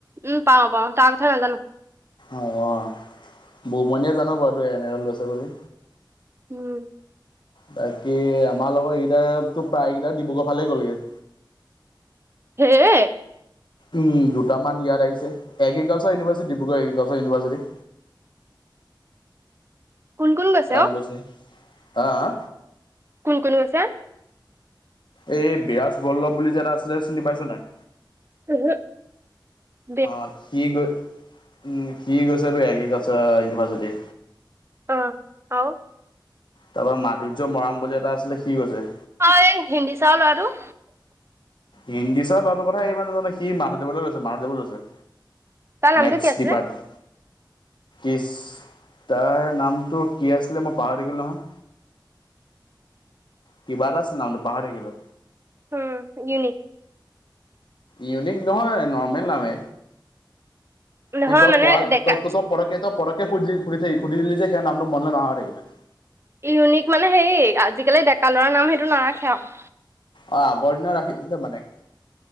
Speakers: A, on the right (about 30°); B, on the left (about 70°).
A: উম পাও পাও তাৰ কথা নাজানো।
B: অ অ বৌমনিয়ে জানো বাৰু তই এনেল এ লৈছে বুলি।
A: উম
B: বাকী আমাৰ লগত এইকেইটা তো প্ৰায়কেইটা ডিব্ৰুগড় ফালে গ'লগে
A: হেএএ
B: উম দুটামান ইয়াত আহিছে agriculture university Dibrugarh agriculture university
A: কোন কোন
B: তাত
A: অ
B: গৈছে হা হা
A: কোন কোন গৈছে
B: এই বিৰাজ বল্লভ বুলি যে এটা আছিলে চিনি পাইছ নাই
A: উম হু
B: অ সি গৈ উম সি গৈছে তোৰ এগ্ৰিকালছাৰ ইউনিভাৰ্চিটি
A: অ আও
B: তাৰ পা মাধুৰ্য মৰাণ বুলি এটা আছিলে সি গৈছে
A: অ এই হিন্দী চৰৰ লৰাটো
B: হিন্দী চাৰৰ ল'ৰাটো কথা ই ইমান নাজানে সি মাধদেৱলে গৈছে মাদেৱলে গৈছে
A: তাৰ নামটো
B: মেথছ
A: কি আছিলে
B: ডিপাৰ্ট ইছ্ তাৰ নামটো কি আছিলে মই পাহৰি থাকিলো নহয় কি বা এটা আছিলে নামটো পাহৰি থাকিলো
A: উম ইউনিক
B: ইউনিক নহয় নৰ্মেল নামে
A: নহয়
B: কিন্তু
A: মানে
B: কোৱাৰল
A: ডেকা
B: তইত পৰকে তই পটককে সুধি সুধি সুধি দিলে যে সেয়া নামটো মনলে নহা হৈ থাকিলে
A: ইউনিক মানে হেৰি আজিকালি ডেকা ল'ৰাৰ নাম সেইটো নাৰাখে আৰু
B: অ আগৰ দিনা ৰাখিছিলে মানে